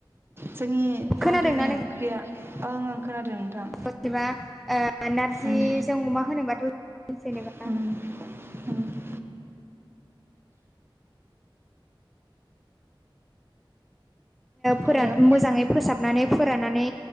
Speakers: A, on the right; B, in the centre.
A: जोंनि
B: खोनादोंना
A: हारिनि
B: नोंथां
A: ओंख्रि गैया ओं ओं खोनादों नोंथां
B: <unintelligible> ओ नारजिजों
A: उम
B: अमा होनोबाथ' जेनेबा
A: उम
B: फोरान
A: हेल'
B: मोजाङै फोसाबनानै फोराननानै